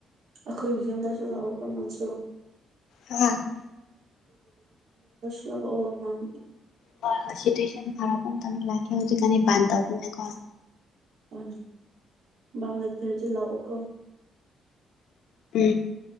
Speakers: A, on the right (about 60°); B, on the left (about 80°).
A: ꯑꯩꯈꯣꯏ ꯌꯨꯝꯗꯁꯨ ꯂꯥꯛꯑꯣ ꯀ ꯅꯝꯁꯨ
B: ꯎꯝ
A: ꯑꯣ
B: ꯍ ꯍ ꯁꯤ ꯇ ꯁ ꯐꯔ ꯄꯥꯟꯗ ꯂꯥꯛꯦ ꯍꯧꯖꯤꯀ ꯥꯟꯗꯕꯅ ꯈꯣ
A: ꯑ ꯝ ꯂꯩꯊꯔꯁꯤ ꯂꯥꯛꯑꯣꯀꯣ
B: ꯄ